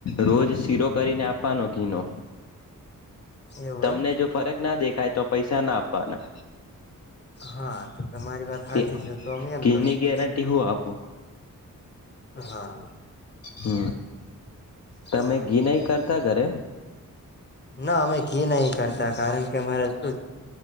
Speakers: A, on the left; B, on the left.
A: રોજ શીરો કરીને આપવાનો ઘીનો.
B: એવું
A: તમને
B: એમ
A: જો ફરક ના દેખાય તો પૈસા ના આપવાના
B: હા તો તમારી વાત સાચી
A: તે
B: જ તો અમે એમ
A: ઘીની
B: કરશું.
A: ગેરંટી હું આપું
B: હા.
A: હમ તમે
B: હા
A: ઘી નહી કરતા ઘરે
B: ના અમે ઘી નહી કરતા કારણ કે કે મારે શું